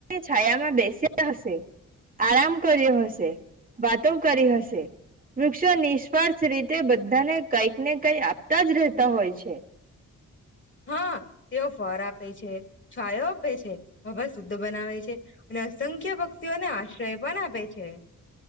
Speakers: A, on the right; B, on the left.
A: છાયામાં બેસ્યા હશે આરામ કર્યો હશે વાતો કરી હશે વૃક્ષો નિસ્વાર્થ રીતે બધાને કઈક ને કઈ આપતા જ રહેતા હોય છે.
B: હા તેઓ ફર આપે છે છાયો આપે છે હવા શુદ્ધ બનાવે છે અને અસંખ્ય પક્ષીઓને આશ્રય પણ આપે છે.